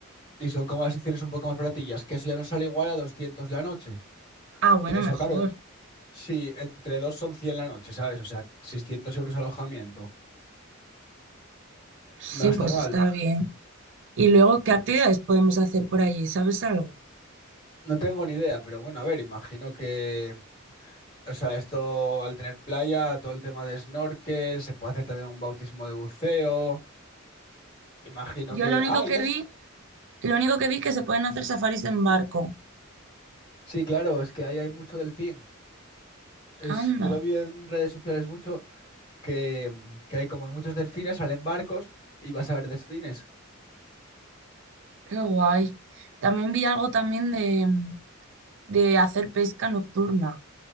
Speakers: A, on the left; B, on the right.
A: Y son como las opciones un poco más baratillas, que eso ya nos sale igual a 200 la noche.
B: Ah, bueno,
A: Que eso,
B: mejor.
A: claro, sí, entre dos son 100 la noche, ¿sabes? O sea, 600 euros alojamiento.
B: Sí,
A: No está
B: pues
A: mal.
B: está bien. Y luego, ¿qué actividades podemos hacer por allí? ¿Sabes algo?
A: No tengo ni idea, pero bueno, a ver, imagino que... O sea, esto al tener playa, todo el tema de snorkel, se puede hacer también un bautismo de buceo. Imagino
B: Yo
A: que...
B: lo único
A: ¡Ah!
B: que
A: y des-
B: vi, lo único que vi que se pueden hacer safaris en barco
A: Sí, claro, es que ahí hay mucho delfín. Es...
B: Anda,
A: Yo lo vi en redes sociales mucho, que, mm, que hay como muchos delfines, salen barcos y vas a ver delfines.
B: qué guay. También vi algo también de, de hacer pesca nocturna